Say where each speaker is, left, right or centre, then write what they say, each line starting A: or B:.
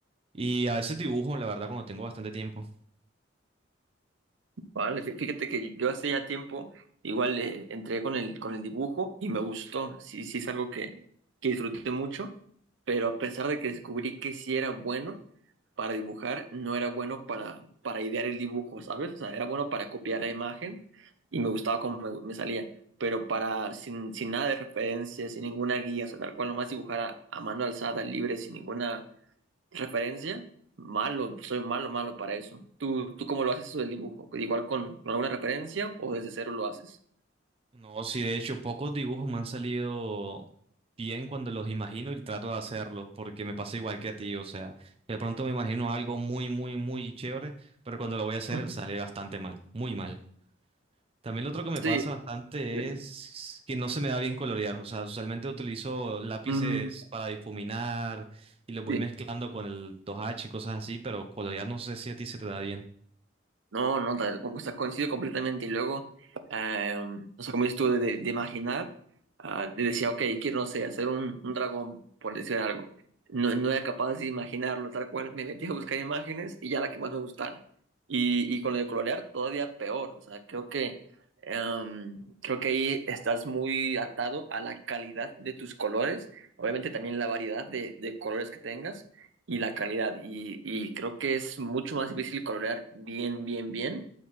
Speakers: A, on the right (about 30°); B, on the right (about 70°).
A: Y a veces dibujo, la verdad, cuando tengo bastante tiempo.
B: Vale, fí- fíjate que yo hace ya tiempo igual eh, entré con el, con el dibujo y me gustó. Sí, sí es algo que, que disfruté mucho, pero a pesar de que descubrí que sí era bueno para dibujar, no era bueno para, para idear el dibujo, ¿sabes? O sea, era bueno para copiar la imagen y me gustaba cómo me, me salía, pero para sin, sin nada de referencia, sin ninguna guía, o sea, tal cual nomás dibujar a, a mano alzada, libre, sin ninguna ¿Referencia? Malo, soy malo, malo para eso. ¿Tú, tú cómo lo haces eso del dibujo? ¿Pues ¿Igual con, con alguna referencia o desde cero lo haces?
A: No, sí, de hecho, pocos dibujos me han salido bien cuando los imagino y trato de hacerlos, porque me pasa igual que a ti, o sea, de pronto me imagino algo muy, muy, muy chévere, pero cuando lo voy a hacer
B: Ujú.
A: sale bastante mal, muy mal. También lo otro que me
B: Sí,
A: pasa bastante
B: completo.
A: es que no se me da bien colorear, o sea, usualmente utilizo lápices
B: Mm,
A: para difuminar y los voy
B: sí.
A: mezclando con el 2H y cosas así, pero colorear no sé si a ti se te da bien.
B: No, no, tal- o sea, coincido completamente. Y luego, eh, o sea, como dices tú, de, de- de imaginar, ah, de decía, ok, quiero, no sé, hacer un, un dragón, por decir algo. No, no era capaz de imaginarlo, tal cual me metí a buscar imágenes y ya la que más me gustara. Y, y con lo de colorear, todavía peor. O sea, creo que, em, creo que ahí estás muy atado a la calidad de tus colores, obviamente también la variedad de, de colores que tengas y la calidad. Y, y creo que es mucho más difícil colorear bien, bien, bien